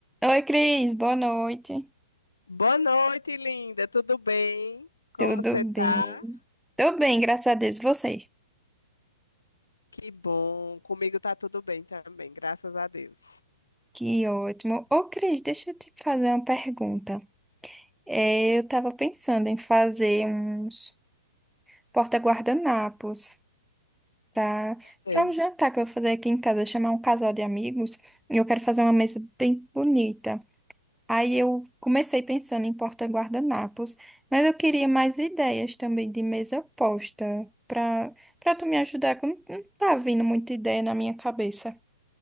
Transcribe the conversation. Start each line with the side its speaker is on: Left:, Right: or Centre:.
Centre: Oi, Cris, boa noite.
Left: Boa noite, linda. Tudo bem? Como
Centre: Tudo
Left: você tá?
Centre: bem? Tô bem, graças a Deus. E Você?
Left: Que bom. Comigo tá tudo bem também, graças a Deus.
Centre: Que ótimo. Ô, Cris, deixa eu te fazer uma pergunta. É, eu tava pensando em fazer uns porta-guardanapos para
Left: Sei.
Centre: para um jantar que eu vou fazer aqui em casa, chamar um casal de amigos, e eu quero fazer uma mesa bem bonita. Aí eu comecei pensando em porta-guardanapos, mas eu queria mais ideias também de mesa posta para para tu me ajudar, que eu não não tá vindo muita ideia na minha cabeça.